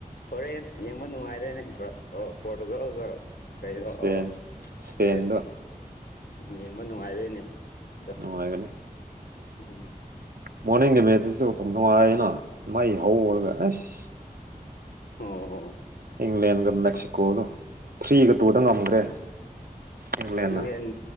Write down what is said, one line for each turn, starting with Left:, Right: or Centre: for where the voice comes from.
Left: ꯍꯣꯔꯦꯟ ꯌꯦꯡꯕ ꯅꯨꯡꯉꯥꯏꯗꯣꯏꯅꯦ <unintelligible> ꯄꯣꯔꯇꯨꯒꯜꯒ ꯀꯩꯅꯣ
Right: ꯁ꯭ꯄꯦꯟ
Left: ꯑ
Right: ꯁ꯭ꯄꯦꯟꯗꯣ
Left: ꯁ꯭ꯄꯦꯟ ꯌꯦꯡꯕ ꯅꯨꯡꯉꯥꯏꯗꯣꯏꯅꯦ ꯗ
Right: ꯅꯨꯡꯉꯥꯏꯒꯅꯤ
Left: ꯎꯝ
Right: ꯃꯣꯔꯅꯤꯡꯒꯤ ꯃꯦꯠꯇꯁꯨ ꯇꯧ <unintelligible> ꯅꯨꯡꯉꯥꯏꯅ ꯃꯩ ꯍꯧꯔꯒ ꯑꯁ
Left: ꯑꯣ ꯑꯣ
Right: ꯏꯪꯂꯦꯟꯒ ꯃꯦꯛꯁꯤꯀꯣꯗꯣ ꯊ꯭ꯔꯤꯒ ꯇꯨꯗ ꯉꯝꯒ꯭ꯔꯦ ꯏꯪꯂꯦꯟꯅ
Left: ꯏꯪꯂꯦꯟ